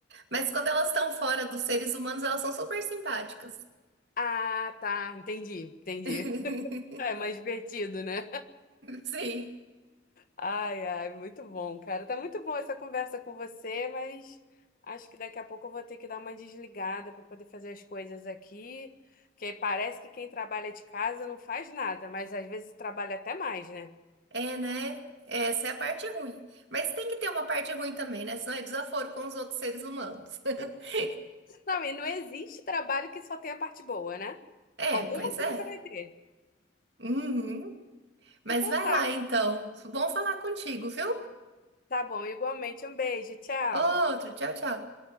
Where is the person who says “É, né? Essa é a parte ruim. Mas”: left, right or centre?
Right